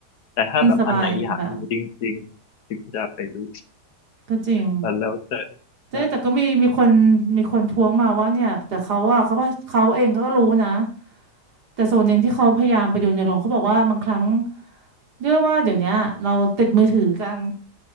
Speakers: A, on the left (about 75°); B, on the right (about 70°).
A: แต่ถ้าแบบอันไหนอยากดูจริงๆถึงจะไปดู
B: มันสบายอีกแบบก็จริง
A: แล้วแล้วแต่
B: แต่แต่ก็มีมีคนมีคนท้วงมาว่าเนี่ยแต่เขาอะเขาว่าเขาเองเขาก็รู้นะ
A: ใช่
B: แต่ส่วนหนึ่งที่เขาพยายามไปดูในโรงเขาบอกว่าบางครั้งเนื่องว่าเดี๋ยวเนี้ยเราติดมือถือกัน